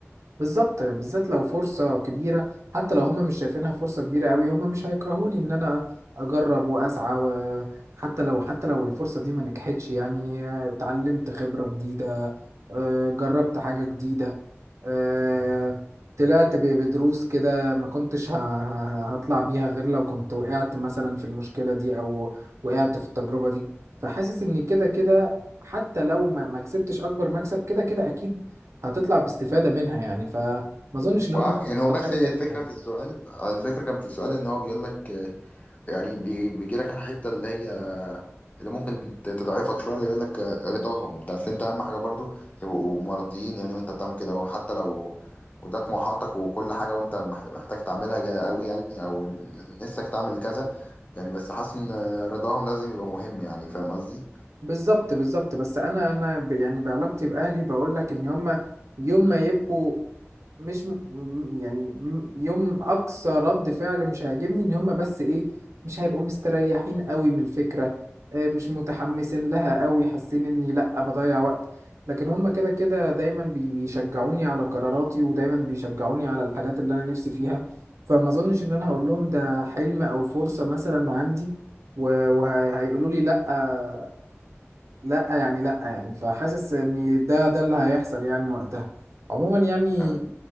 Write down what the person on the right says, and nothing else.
بالظبط بالذات لو فرصة كبيرة حتى لو هم مش شايفينها فرصة كبيرة قوي هم مش هيكرهولي ان انا اجرب واسعى وحتى لو حتى لو الفرصة دي ما نجحتش يعني آه، اتعلمت خبرة جديدة اه، جربت حاجة جديدة آه، طلعت ب- بدروس كده ما كنتش ه- ه- هطلع بيها غير لو كنت وقعت مثلا في المشكلة دي أو وقعت في التجربة دي فحاسس إن كده كده حتى لو ما ما كسبتش أكبر مكسب كده كده أكيد هتطلع باستفادة منها يعني فما أظنش إن
هم
على
حاجة
زي دي
بالظبط بالظبط بس انا انا ب- يعني بعلاقتي باهلي بقول لك ان هم يوم ما يبقوا مش م... م- يعني م- يوم اقصى رد فعل مش هيعجبني ان هم بس ايه مش هيبقوا مستريحين قوي من الفكره آه، مش متحمسين لها قوي حاسين اني لا بضيع وقت لكن هم كده كده دايما بي- بيشجعوني على قراراتي ودايما بيشجعوني على الحاجات اللي انا نفسي فيها فما اظنش ان انا هقول لهم ده حلم او فرصه مثلا عندي و- وهيقولوا لي لا لا يعني لا يعني فحاسس ان ده ده اللي هيحصل يعني وقتها عموما يعني